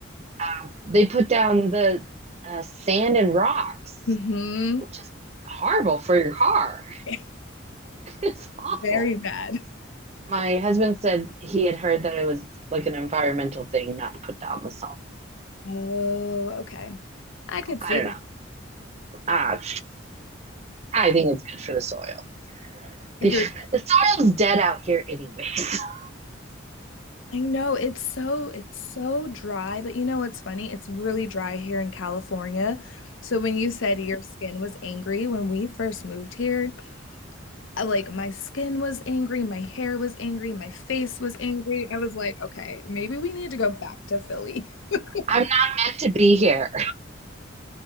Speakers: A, on the right; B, on the left.
A: Um, they put down the uh, sand and rocks,
B: Mm-hmm.
A: which is horrible for your car.
B: <laughs>
A: <laughs> it's awful.
B: Very bad.
A: My husband said he had heard that it was like an environmental thing not to put down the salt.
B: Oh, okay. I could
A: I
B: see
A: don't
B: that.
A: know. Ah, I think it's good for the soil. <laughs>
B: You're
A: The, the soil's dead out here, anyways. <laughs>
B: I know it's so it's so dry, but you know what's funny? It's really dry here in California. So when you said your skin was angry when we first moved here, I- like my skin was angry, my hair was angry, my face was angry. I was like, okay, maybe we need to go back to Philly. <laughs>
A: I'm not meant to be here.